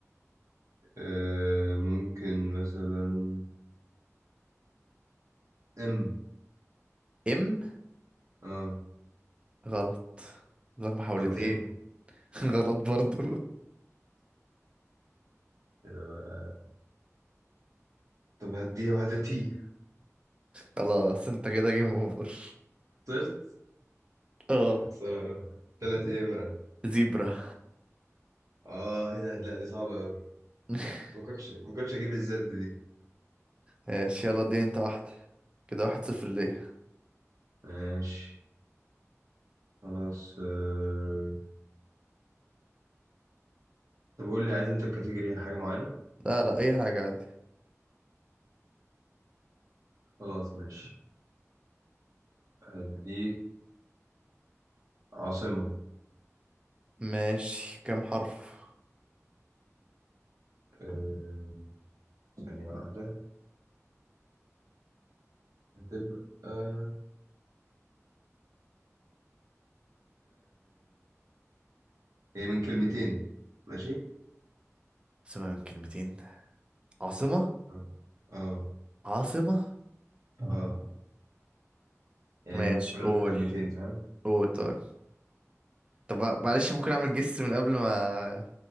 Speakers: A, on the right; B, on the right.
A: آه ممكن مثلا ام
B: ام
A: اه
B: غلط لك محاولتين
A: طب ان
B: <laughs> غلط برضو
A: كده بقى. طب هديها واحدة تي
B: خلاص انت كده جيم اوفر
A: طرت
B: اه
A: يا خسارة تلات ايه بقى
B: زيبرا
A: اه ايه ده لا دي صعبة اوي
B: <laughs>
A: ما كنتش ما كنتش اجيب الزد دي
B: ماشي يلا اديني انت واحدة كده واحد صفر ليه
A: ماشي خلاص آه. طب قول لي عايز انت الكاتيجوري حاجة معينة
B: لا لا اي حاجة عادي
A: خلاص ماشي هديك عاصمة
B: ماشي كام حرف
A: آه. ثانية واحدة هتبقى آه. هي من كلمتين ماشي
B: عاصمة من كلمتين عاصمة
A: اه اه
B: عاصمة
A: آه. يعني
B: ماشي
A: هي متكونة
B: قول
A: من كلمتين فاهم
B: قول طيب طب معلش ممكن اعمل جس من قبل ما